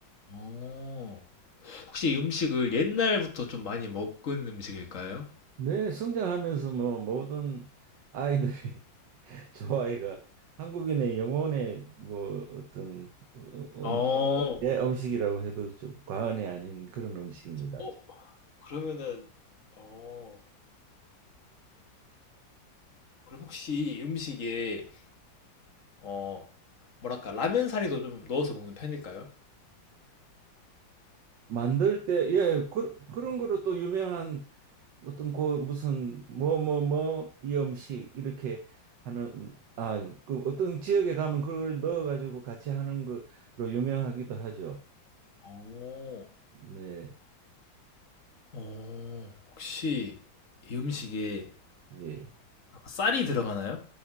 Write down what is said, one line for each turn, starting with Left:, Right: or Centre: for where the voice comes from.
Left: 어. 혹시 이 음식을 옛날부터 좀 많이 먹은 음식일까요?
Right: 네, 성장하면서 뭐 모든 아이들이 <laughs> 좋 아이가 한국인의 영혼의 뭐 어떤 어,
Left: 어.
Right: 음, 예, 음식이라고 해도 좀 과언이 아닌 그런 음식입니다.
Left: 어 그러면은 어 그럼 혹시 이 음식에 어 뭐랄까 라면 사리도 좀 넣어서 먹는 편일까요?
Right: 만들 때 예, 그, 그런 거로 또 유명한 어떤 그 무슨 뭐 뭐 뭐 이 음식 이렇게 하는 아, 그 어떤 지역에 가면 그걸 넣어 가지고 같이 하는 거로 유명하기도 하죠.
Left: 오
Right: 네.
Left: 어. 혹시 이 음식에
Right: 예.
Left: 아까 쌀이 들어가나요?